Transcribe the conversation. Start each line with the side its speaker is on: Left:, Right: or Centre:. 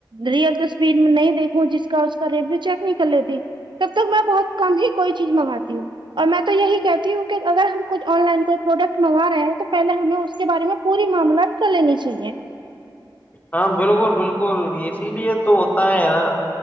Right: ریئل تو اسپرین میں نہیں دیکھوں جس کا اس کا ریویو چیک نہیں کر لیتی تب تک میں بہت کم ہی کوئی چیز منگاتی ہوں اور میں تو یہی کہتی ہوں کہ اگر ہم کچھ آن لائن کوئی پروڈکٹ منگا رہے ہیں تو پہلے ہمیں اس کے بارے میں پوری معاملات کر لینی چاہیے
Left: ہاں بالکل بالکل اسی لیے تو ہوتا ہے نا